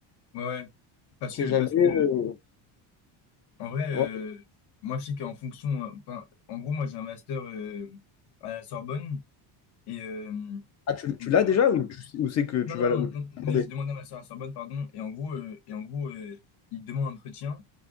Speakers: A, on the left; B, on the left.
A: Ouais, ouais. Parce
B: On sait
A: que, parce
B: jamais.
A: que,
B: euh,
A: en vrai, euh,
B: ouais.
A: moi, je sais qu'en fonction, euh, enfin, en gros, moi, j'ai un master euh, à la Sorbonne et, euh,
B: Ah, tu,
A: et
B: tu
A: il
B: l'as
A: demande-
B: déjà ou, tu- ou c'est que
A: non,
B: tu
A: non,
B: vas là où
A: non,
B: tu
A: non,
B: vas
A: mais
B: demander?
A: j'ai demandé un master à la Sorbonne, pardon, et en gros, euh, et en gros, euh, il demande un entretien.